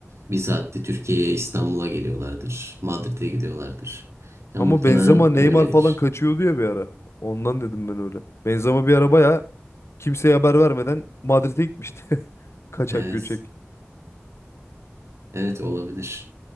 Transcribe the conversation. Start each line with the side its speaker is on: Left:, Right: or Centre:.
Right: Bir saatte Türkiye'ye İstanbul'a geliyorlardır. Madrid'e gidiyorlardır. Ya
Left: ama
Right: muhtemelen
Left: Benzema Neymar
Right: öyledir.
Left: falan kaçıyordu ya bir ara. Ondan dedim ben öyle. Benzema bir ara bayağı kimseye haber vermeden Madrid'e gitmişti. <laughs> Kaçak
Right: Evet.
Left: göçek.
Right: Evet olabilir.